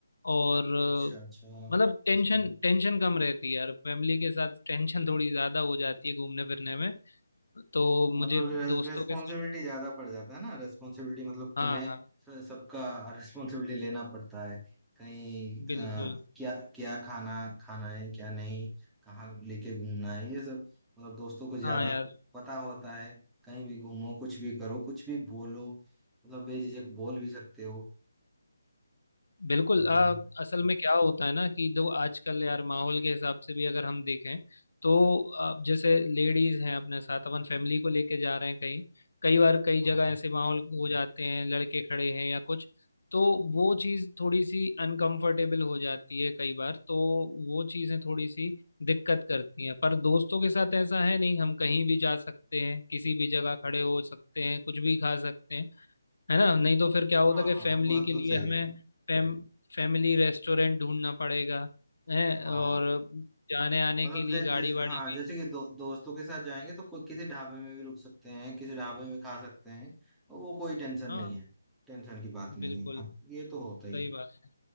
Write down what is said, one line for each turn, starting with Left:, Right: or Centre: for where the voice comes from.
Left: और अ,
Centre: अच्छा अच्छा
Left: मतलब टेंशन टेंशन कम रहती है यार फैमिली के साथ टेंशन थोड़ी ज़्यादा हो जाती है घूमने फिरने में तो
Centre: तो
Left: मुझे
Centre: मतलब
Left: दोस्तों
Centre: रेस्पॉन्सिबिलिटी
Left: के साथ
Centre: ज्यादा पड़ जाता है ना रेस्पॉन्सिबिलिटी मतलब
Left: हाँ
Centre: तुम्हें
Left: हाँ
Centre: स- सबका रेस्पॉन्सिबिलिटी लेना पड़ता है कहीं अ,
Left: बिल्कुल
Centre: क्या क्या खाना खाना है क्या नहीं कहाँ लेके घूमना है ये सब मतलब दोस्तों को
Left: हाँ
Centre: ज्यादा
Left: यार
Centre: पता होता है कहीं भी घूमो कुछ भी करो कुछ भी बोलो मतलब बेझिझक बोल भी सकते हो
Left: बिल्कुल
Centre: और
Left: आ, असल में क्या होता है ना कि जो आजकल यार माहौल के हिसाब से भी अगर हम देखें तो आ, जैसे लेडीज हैं अपने साथ अपन फैमिली को लेके जा रहे हैं कहीं कई बार कई
Centre: हाँ
Left: जगह
Centre: हाँ
Left: ऐसे माहौल हो जाते हैं लड़के खड़े हैं या कुछ तो वो चीज़ थोड़ी सी अनकंफर्टेबल हो जाती है कई बार तो वो चीज़ें थोड़ी सी दिक्कत करती हैं पर दोस्तों के साथ ऐसा है नहीं हम कहीं भी जा सकते हैं किसी भी जगह खड़े हो सकते हैं कुछ भी खा सकते हैं है ना नहीं तो फिर क्या होता
Centre: हाँ
Left: कि
Centre: हाँ
Left: फैमिली
Centre: बात
Left: के
Centre: तो
Left: लिए
Centre: सही
Left: हमें
Centre: है
Left: फैम फैमिली रेस्टोरेंट ढूंढना पड़ेगा है
Centre: हाँ
Left: और जाने आने
Centre: मतलब
Left: के लिए
Centre: जै,
Left: गाड़ी
Centre: जैसे
Left: वाड़ी
Centre: हाँ
Left: भी
Centre: जैसे कि दो, दोस्तों के साथ जाएंगे तो कोई किसी ढाबे में भी रुक सकते हैं किसी ढाबे में खा सकते हैं वो कोई टेंशन
Left: हाँ
Centre: नहीं है टेंशन की बात नहीं
Left: बिल्कुल
Centre: है हाँ, ये तो होता ही
Left: सही
Centre: है
Left: बात है